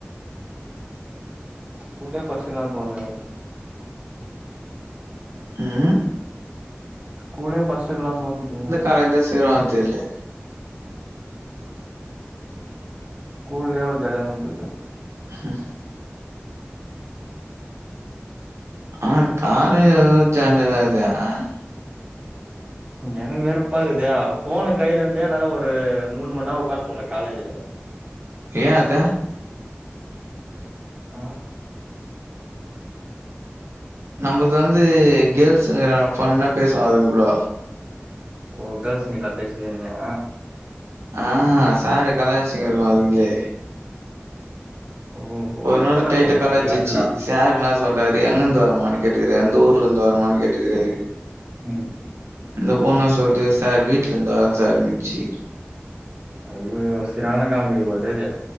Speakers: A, on the right; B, on the right.
A: கூடயே பசங்கலான்பாங்க
B: ம்
A: கூடயே பசங்களா தோணுது
B: ஆனா இதுதா சேருவாங்கனு தெர்லே
A: கூல்லே எவ்ளோ ஜாலியா இருந்தது
B: ஹம் <unintelligible> ஆஹ் காலே ஏதாவது ஜாலியாதா இருந்து ஆங்
A: இங்க எனக்கு வெறுப்பா இருக்குதே ஃபோனு கைல இருந்தே என்னால ஒரு மூணு மணி நேரோ உட்கார முடில காலேஜ்லே
B: ஏ அத
A: ம்
B: நம்மளது வந்து கேர்ள்ஸ்க இருக்கிறாங்க ஃபன்னா பேசுவோ அதுங்க கூட
A: ஓ கேர்ள்ஸ்கீட்டலா இல்ல பேசுவியா நீயா
B: ஆஹ் சார கலாய்ச்சினீருக்கு அதுங்களே
A: ஓஹோ
B: ஒரு
A: எத்தன
B: நாளு டைட்டா
A: பொண்ணுங்க
B: கலாய்ச்சிச்சி
A: உ கிளாஸ்ல
B: சாரு என்ன சொல்றாரு எங்க இருந்து வரமானு கேட்டுக்கிறாரு எந்த ஊர்ல இருந்து வரமானு கேட்டுக்கிறாரு
A: ம்
B: இந்த பொண்ணு சொல்லுது சார் வீட்ல இருந்து வரே சார்னுச்சி
A: ஐயையோ சரியான காமெடி போல்தேது